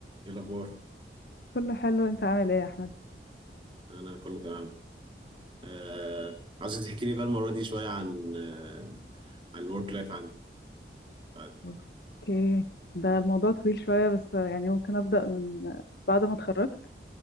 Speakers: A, on the right; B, on the left.
A: ايه الاخبار
B: كله حلو انت عامل ايه يا احمد
A: انا كله تمام آه عايز تحكي لي بقى المره دي شويه عن آه عن الورك لايف عندك بعد
B: اوكي ده الموضوع طويل شوية بس يعني ممكن ابدأ من بعد ما اتخرجت